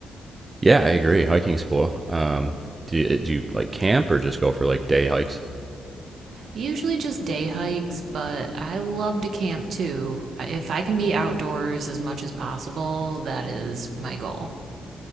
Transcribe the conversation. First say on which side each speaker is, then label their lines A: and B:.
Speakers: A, on the right; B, on the right.
A: Yeah, I agree. Hiking's cool. Um, do you, do you like camp or just go for like day hikes?
B: Usually just day hikes, but I love to camp too. If I can be outdoors as much as possible, that is my goal.